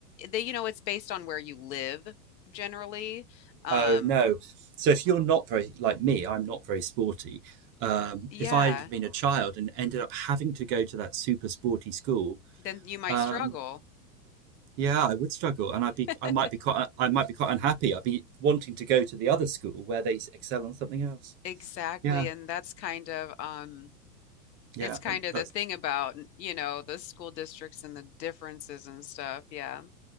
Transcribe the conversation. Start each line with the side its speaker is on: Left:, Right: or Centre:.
Left: they, you know, it's based on where you live generally. Um,
Right: oh no. So if you're not very like me, I'm not very sporty. Um,
Left: yeah,
Right: if I'd been a child and ended up having to go to that super sporty school,
Left: then you might
Right: um,
Left: struggle.
Right: Yeah, I would struggle, and I'd be,
Left: <laughs>
Right: I might be quite, I might be quite unhappy. I'd be wanting to go to the other school where they excel on something else.
Left: Exactly.
Right: Yeah,
Left: And that's kind of um
Right: yeah,
Left: it's kind
Right: um,
Left: of
Right: that's
Left: the thing about, you know, the school districts and the differences and stuff. Yeah.